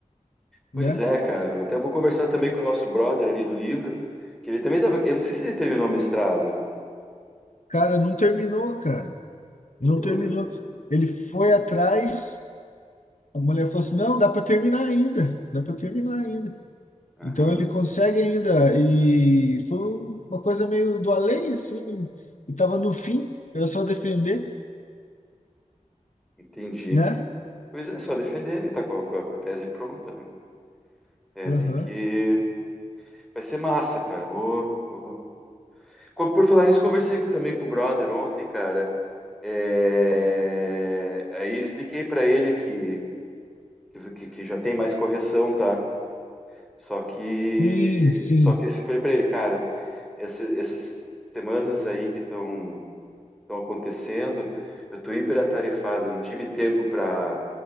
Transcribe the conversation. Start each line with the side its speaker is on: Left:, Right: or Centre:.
Centre: Pois
Left: né?
Centre: é, cara. Eu até vou conversar também com o nosso brother ali do livro, que ele também tava. Eu não sei se ele terminou o mestrado.
Left: Cara, não terminou, cara. Não
Centre: Uh,
Left: terminou. Ele
Centre: que-
Left: foi atrás, a mulher falou assim: não, dá para terminar ainda, dá para terminar ainda.
Centre: Aham,
Left: Então ele consegue ainda, ele foi uma coisa meio do além, assim, e tava no fim, era só defender,
Centre: entendi.
Left: né?
Centre: Pois é, só defender ele, tá com a, com a- com a tese pronta, né? É,
Left: Aham.
Centre: tem que. Vai ser massa, cara. Vou, vou... Como- Por falar isso, conversei com- também com o brother ontem, cara. É, Aí expliquei pra ele que que, que- que já tem mais correção, tá? Só que,
Left: Sim, sim,
Centre: só que se foi para ele, cara, essa- essas semanas aí que estão estão acontecendo, eu tô hiperatarefado, eu não tive tempo para